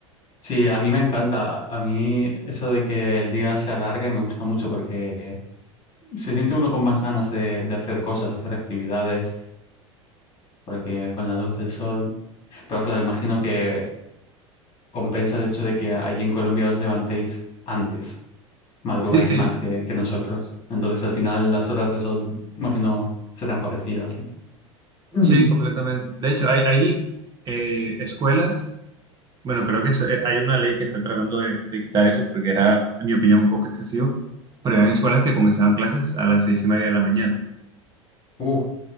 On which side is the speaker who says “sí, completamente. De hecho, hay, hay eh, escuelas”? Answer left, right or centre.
Right